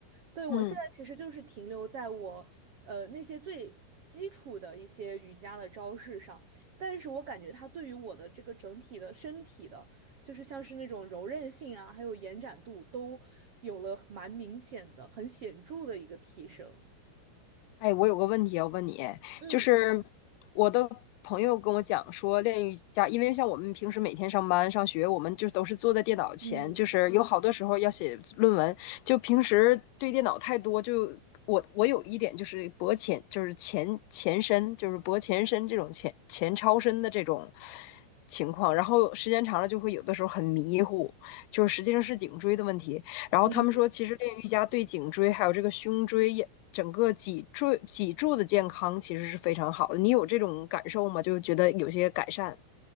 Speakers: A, on the right; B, on the left.
A: 对，我现在其实就是停留在我呃那些最基础的一些瑜伽的招式上，
B: 嗯。
A: 但是我感觉它对于我的这个整体的身体的，就是像是那种柔韧性啊，还有延展度都有了蛮明显的、很显著的一个提升。
B: 哎，我有个问题要问你，
A: 嗯
B: 就是我的朋友跟我讲说，练瑜伽，因为像我们平时每天上班上学，我们就都是坐在电脑前，
A: 嗯。
B: 就是有好多时候要写论文，就平时对电脑太多，就我我有一点就是脖前，就是前前伸，就是脖前伸这种前前超伸的这种情况，然后时间长了就会有的时候很迷糊，就是实际上是颈椎的问题。然后他们说，
A: 嗯。
B: 其实练瑜伽对颈椎还有这个胸椎也整个脊椎脊柱的健康其实是非常好的。你有这种感受吗？就觉得有些改善。